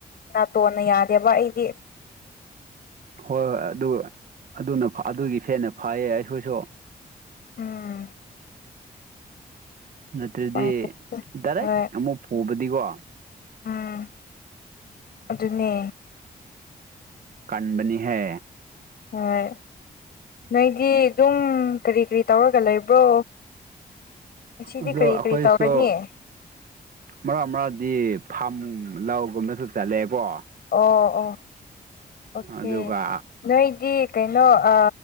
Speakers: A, on the left; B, on the right.
A: ꯅꯥꯇꯣꯟꯅ ꯌꯥꯗꯦꯕ ꯑꯩꯒꯤ
B: ꯍꯣꯏ ꯍꯣꯏ ꯑꯗꯨ ꯑꯗꯨꯅ ꯑꯗꯨꯒꯤ ꯐꯦꯟꯅ ꯐꯩꯌꯦ ꯑꯩꯈꯣꯏꯁꯨ
A: ꯎꯝ
B: ꯅꯠꯇ꯭ꯔꯗꯤ
A: ꯍꯣꯏ
B: ꯗꯥꯏꯔꯦꯛ ꯑꯃꯨꯛ ꯐꯨꯕꯗꯤꯀꯣ
A: ꯎꯝ ꯑꯗꯨꯅꯦ
B: ꯀꯟꯕꯅꯤꯍꯦ
A: ꯍꯣꯏ ꯅꯣꯏꯗꯤ ꯑꯗꯨꯝ ꯀꯔꯤ ꯀꯔꯤ ꯇꯧꯔꯒ ꯂꯩꯕ꯭ꯔꯣ ꯉꯁꯤꯗꯤ
B: ꯑꯗꯣ
A: ꯀꯔꯤ
B: ꯑꯩꯈꯣꯏꯁꯨ
A: ꯀꯔꯤ ꯇꯧꯔꯅꯤ
B: ꯃꯔꯛ ꯃꯔꯛꯗꯤ ꯐꯥꯔꯝ ꯂꯧꯒꯨꯝꯕꯁꯨ ꯆꯠꯂꯦꯀꯣ
A: ꯑꯣ ꯑꯣ ꯑꯣꯀꯦ
B: ꯑꯗꯨꯒ
A: ꯅꯣꯏꯗꯤ ꯀꯩꯅꯣ ꯑ